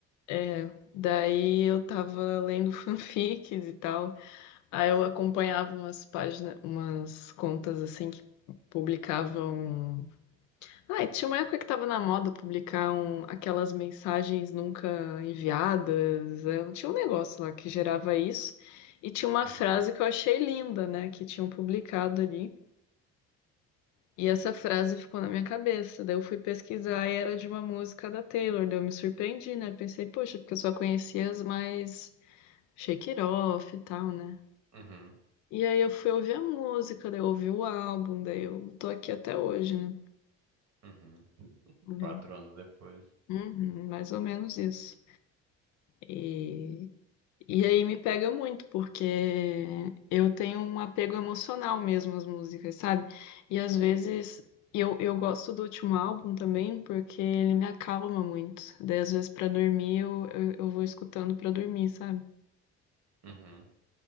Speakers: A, on the left; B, on the right.
A: É, daí eu tava lendo <laughs> fanfics e tal. Aí eu acompanhava umas páginas, umas contas assim que publicavam. Ah, e tinha uma época que tava na moda publicar um, aquelas mensagens nunca enviadas. é, tinha um negócio lá que gerava isso. E tinha uma
B: Uhum.
A: frase que eu achei linda, né? Que tinham publicado ali. E essa frase ficou na minha cabeça. Daí eu fui pesquisar e era de uma música da Taylor. Daí eu me surpreendi, né? Pensei, poxa, porque eu só conhecia as mais Shake It Off e tal, né?
B: Uhum,
A: E aí eu fui ouvir a música, daí eu ouvi o álbum, daí eu tô aqui até hoje, né?
B: uhum.
A: É.
B: Quatro anos depois.
A: Uhum, mais ou menos isso. E, e aí me pega muito, porque eu tenho um apego emocional mesmo às músicas, sabe? E às vezes eu, eu gosto do último álbum também, porque ele me acalma muito. Daí às vezes pra dormir eu, eu, eu vou escutando pra dormir, sabe?
B: Uhum.